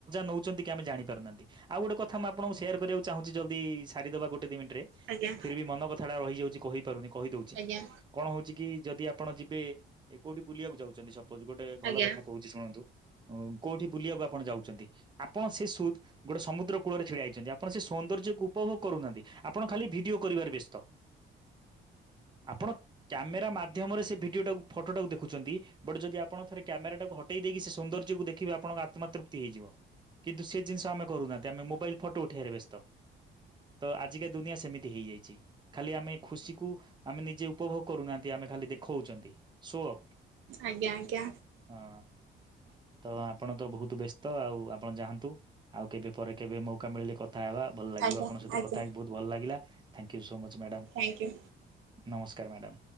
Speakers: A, on the right (about 20°); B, on the right (about 80°).
A: ନଉଛନ୍ତି କି ଆମେ ଜାଣି ପାରୁନାହାନ୍ତି। ଆଉ ଗୋଟେ କଥା ମୁଁ ଆପଣଙ୍କୁ ସେୟାର କରିବାକୁ ଚାହୁଁଛି। ଜଲଦି ସାରିଦବା ଗୋଟେ ଦି ମିନିଟରେ
B: ଆଜ୍ଞା
A: ଫିର୍ ବି ମନ କଥା ଟା ରହିଯାଉଛି। ଛିକହି। ପାରୁନି କହିଦଉଚି,
B: ଆଜ୍ଞା
A: କଣ ହଉଚି କି ଯଦି ଆପ ଆପଣ ଯିବେ ଏ କୋଉଠି ବୁଲିବାକୁ ଯାଉଛନ୍ତି। ସ ଉଛି ଗୋଟେ ଭଲ
B: ଆଜ୍ଞା
A: କଥା କହୁଛି ଶୁଣନ୍ତୁ। କୋଉଠି ବୁଲିବାକୁ ଆପଣ ଯାଉ ଛନ୍ତି, ଆପଣ ସେ ସୁ ଗୋଟେ ସମୁଦ୍ର କୂଳରେ ଛିଡା ହେଇଛନ୍ତି। ଆପଣ ସେ ସୌନ୍ଦର୍ଯ୍ୟକୁ ଉପଭୋଗ କରୁନାହାନ୍ତି। ଆପଣ ଖାଲି ଭିଡିଓ କରିବାରେ ବ୍ୟସ୍ତ, ଆପଣ କ୍ୟାମେରା ମାଧ୍ୟମରେ ସେ ଭିଡିଓ ଟାକୁ ଫଟୋଟାକୁ ଦେଖୁଛନ୍ତି। ଗୋଟେ ଯଦି ଆପଣ ଥରେ କ୍ୟାମେରାଟାକୁ ହଟେଇ ଦେଇକି ସେ ସୌନ୍ଦର୍ଯ୍ୟକୁ ଦେଖିବେ। ଆପଣଙ୍କ ଆତ୍ମାତ୍ରୁ ତି ହେଇଯିବ। କିନ୍ତୁ ସେ ଜିନିଷ ଆମେ କରୁନାହାନ୍ତି, ଆମେ ମୋବାଇଲ ଫଟୋ ଉଠେଇ ବାରେ ବ୍ୟସ୍ତ, ତ ଆଜିକା ଦୁନିଆ ସେମିତି ହେଇଯାଇଛି। ଖାଲି ଆମେ ଖୁସିକୁ ଆମେ ନିଜେ ଉପଭୋଗ କରୁନାହାନ୍ତି ଆମେ ଖାଲି ଦେଖଉଛନ୍ତି। ସୋ ଅପ୍।
B: ଆଜ୍ଞା ଆଜ୍ଞା
A: ହଁ ତ ଆପଣ ତ ବହୁତ ବେସ୍ ତ ଆଉ ଆପଣ ଯାଆନ୍ତୁ। ଆଉ କେବେ ପରେ କେବେ ମୌକା ମିଳିଲେ କ କଥା ହେବା ଭଲ ଲାଗିବ
B: ଆଜ୍ଞା
A: ଆପଣଙ୍କ ସହିତ
B: ଆଜ୍ଞା
A: କଥା ହେଇକି ବହୁତ ଭଲ ଲାଗିଲା। Thank you so much. Madam
B: thank you.
A: ନମସ୍କ ନମସ୍କାର ମ୍ୟାଡ଼ାମ।